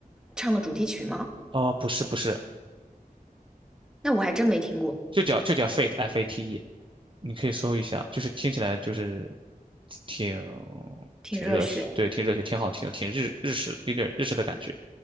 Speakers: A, in the centre; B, on the right.
A: 唱的主题曲吗？
B: 哦、不是不是，
A: 那我还真没听过，
B: 就叫就叫 Fate，F A T E，你可以搜一下，就是听起来就是挺
A: 挺热血。
B: 挺热血，对，挺热血，挺好听，挺日日式，有点日式的感觉。